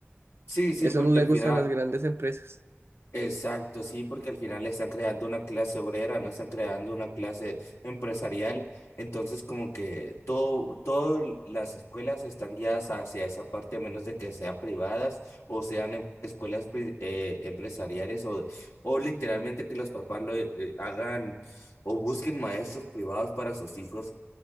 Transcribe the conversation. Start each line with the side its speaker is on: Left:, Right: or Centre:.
Left: Sí, sí,
Right: Eso
Left: porque
Right: no le
Left: al final,
Right: gusta a las grandes empresas.
Left: Exacto, sí, porque al final están creando una clase obrera, no están creando una clase empresarial. Entonces, como que todo, todas las escuelas están guiadas hacia esa parte, a menos de que sean privadas o sean em- escuelas pri- eh, empresariales o, o literalmente que los papás lo eh, hagan o busquen maestros privados para sus hijos